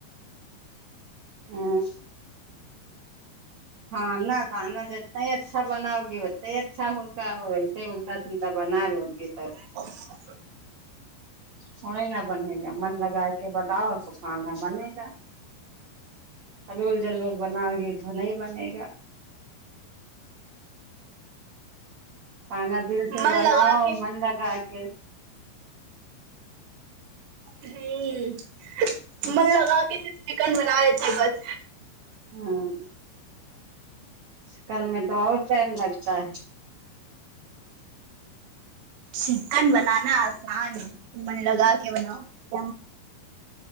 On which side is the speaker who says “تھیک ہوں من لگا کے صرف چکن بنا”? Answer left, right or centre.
Right